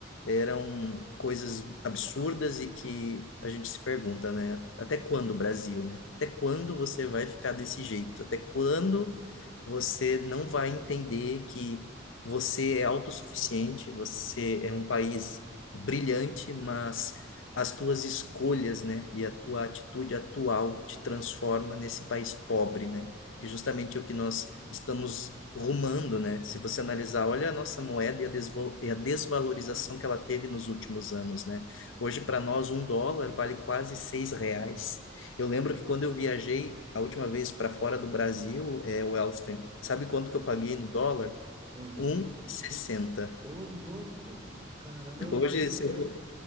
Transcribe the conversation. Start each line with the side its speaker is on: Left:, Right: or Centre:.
Left: eram coisas absurdas e que a gente se pergunta, né? Até quando, Brasil, né? Até quando você vai ficar desse jeito? Até quando você não vai entender que você é autossuficiente, você é um país brilhante, mas as tuas escolhas, né, e a tua atitude atual te transforma nesse país pobre, né? que justamente é o que nós estamos rumando, né? Se você analisar, olha a nossa moeda e a, desvo- e a desvalorização que ela teve nos últimos anos, né? Hoje, para nós, um dólar vale quase seis reais. Eu lembro que quando eu viajei a última vez para fora do Brasil, é, o Elston, sabe quanto que eu paguei no dólar?
Right: Hum.
Left: 1,60.
Right: Ô, louco! Caramba, eu
Left: Hoje,
Right: lembro desse
Left: se
Right: tempo.
Left: eu for...